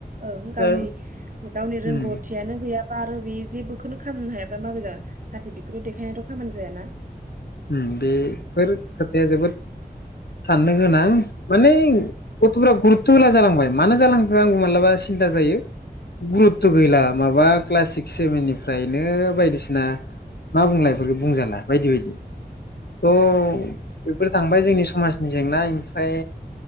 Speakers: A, on the right; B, on the left.
A: ओं गावनि
B: दा
A: गावनि रोंग'थियानो
B: उम
A: गैया बा आरो बे जेबोखोनो खालामनो हायाबा मागो जागोन सार्टिफिकेटल' देखायनायाथ' खामानि जायाना।
B: उम बेफोर खोथाया जोबोद साननो गोनां माने गथ'फोरा गुरुतथ' होला जालांबाय मानो जालांखो आंबो मालाबा सिन्था जायो। गुरुतथ'
A: उम
B: गैला माबा क्लासिक सेभेन निफ्रायनो बायदिसिना मा बुंलाय बेफोरखौ बुंजाला बायदि बायदि। थ' बेफोर थांबाय जोंनि समाजनि जेंना इमफ्राय